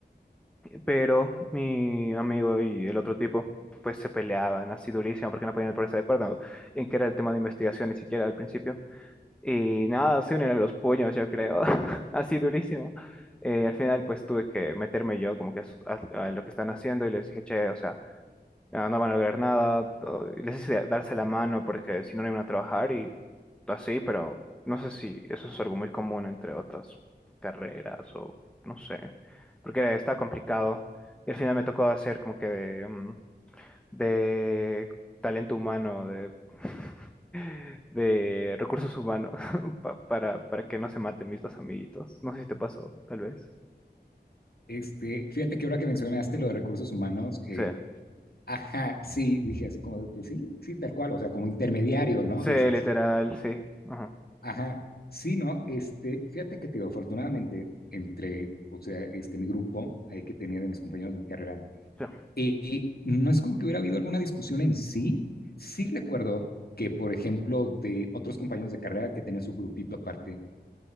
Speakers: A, in the centre; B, on the left.
A: Pero mi amigo y el otro tipo, pues se peleaban así durísimo porque no podían ponerse de acuerdo en qué era el tema de investigación ni siquiera al principio. Y nada, se unían a los puños, yo creo, <laughs> así durísimo. Eh, al final, pues tuve que meterme yo como que a, su- a- a lo que están haciendo y les dije, che, o sea, ah, no van a lograr nada, todo- y les dice darse la mano porque si no, no iban a trabajar y así, pero no sé si eso es algo muy común entre otras carreras o no sé, porque está complicado. Y al final me tocó hacer como que de, mm, de talento humano, de, <laughs> de recursos humanos, <laughs> pa- para, para que no se maten mis dos amiguitos. No sé si te pasó, tal vez.
B: Este, fíjate que ahora que mencionaste lo de recursos humanos, eh,
A: Sí,
B: ajá, sí, dije así como, de, pues sí, sí, tal cual, o sea, como intermediario, ¿no?
A: sí,
B: Dices,
A: literal, sí. Ajá,
B: ajá, sí, ¿no? Este, fíjate que, tío, afortunadamente, entre, o sea, este, mi grupo, ahí que tenía de mis compañeros de mi carrera,
A: sí,
B: eh, eh, no es como que hubiera habido alguna discusión en sí, sí recuerdo que, por ejemplo, de otros compañeros de carrera que tenían su grupito aparte,